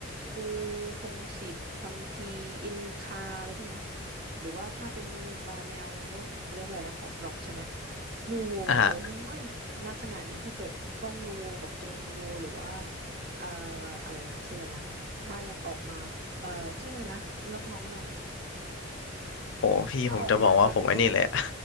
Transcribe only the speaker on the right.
ปูพงษ์สิทธิ์คัมภีร์อินคาอะไรพวกเนี้ยหรือว่าถ้าเป็นเอ่อแนวนู่นเขาเรียกอะไรนะป๊อปร็อกใช่ไหมนูโวโอ้ยนักขนาดนี้ถ้าเกิดก้องนูโวกับโจนูโวหรือว่า
เอ่ออะไรนะชื่ออะไรนะถ้ายังออกมาเอ่อชื่ออะไรนะนักร้องนำ
ถ้าออกมาตอนนี้ก็ยังแบบ